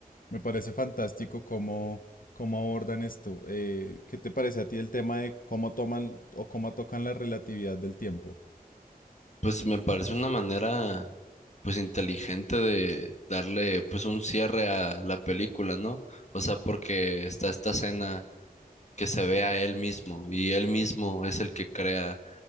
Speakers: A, on the left; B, on the left.
A: me parece fantástico cómo, cómo abordan esto. Eh, ¿qué te parece a ti el tema de cómo toman o cómo tocan la relatividad del tiempo?
B: Pues me parece una manera pues inteligente de darle pues un cierre a la película, ¿no? O sea, porque está esta escena que se ve a él mismo y él mismo es el que crea